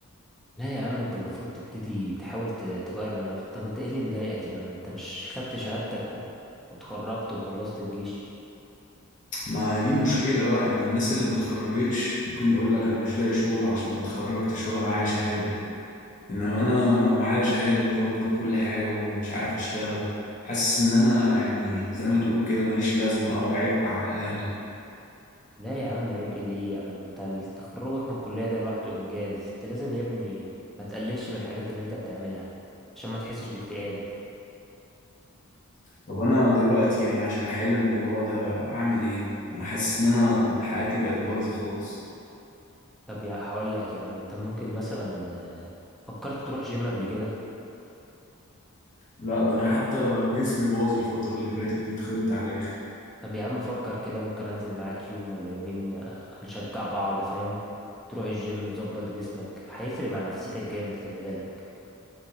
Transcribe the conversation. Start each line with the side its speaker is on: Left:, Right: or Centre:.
Centre: لا يا عم انت المفروض تبتدي تحاول ت- تغير من نفسك طب انت ايه اللي مضايقك يا عم انت مش خدت شهادتك و... وتخرجت وخلصت الجيش
Left: ما هي دي المشكله بقى يعني الناس اللي ما اتخرجتش ممكن يقول لك انا مش لاقي شغل عشان ما اتخرجتش ولا معايا شهاده انما انا معايا شهاده ومظبط كل حاجه ومش عارف اشتغل حاسس ان انا يعني زي ما تقول كده ماليش لازمه او عبء على اهلي
Centre: لا يا عم عيب ايه ليه يا عم انت ال- تخرجك من الكلية ده لوحده انجاز انت لازم يا ابني ما تقللش من الحاجات اللي انت بتعملها عشان ما تحسش باكتئاب
Left: طب انا دلوقتي يعني عشان احل الموضوع ده اعمل ايه انا حاسس ان انا حياتي بقت بايظه خالص
Centre: طب يا هقول لك يا عم انت ممكن مثلا آه، فكرت تروح جيم قبل كده
Left: لا ده انا حتى جسمي باظ الفترة اللي فاتت دي اتخنت على الاخر
Centre: طب يا عم فكر كده ممكن انزل معاك يوم ولا يومين آه، هنشجع بعض فاهم تروح الجيم تظبط جسمك هيفرق مع نفسيتك جامد خلي بالك